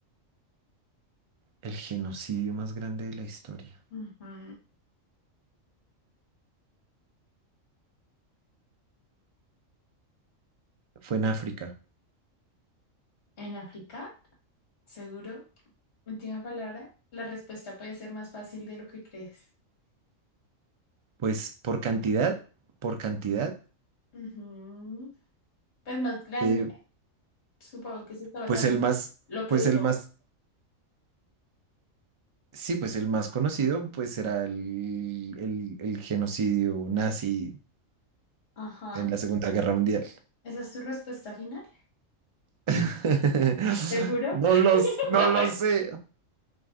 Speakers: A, on the right; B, on the left.
A: El genocidio más grande de la historia.
B: Ujú.
A: Fue en África.
B: ¿En África? Seguro. Última palabra. La respuesta puede ser más fácil de lo que crees.
A: Pues por cantidad, por cantidad,
B: Ujú. Pues más grande.
A: eh,
B: Supongo que se estaba
A: pues
B: tan
A: el más,
B: lo que
A: pues
B: duró.
A: el más, sí, pues el más conocido, pues era el, el, el genocidio nazi
B: Ajá.
A: en la Segunda Guerra Mundial.
B: ¿Esa es tu respuesta final?
A: <laughs>
B: ¿Seguro?
A: No los,
B: <laughs>
A: no
B: No,
A: lo sé.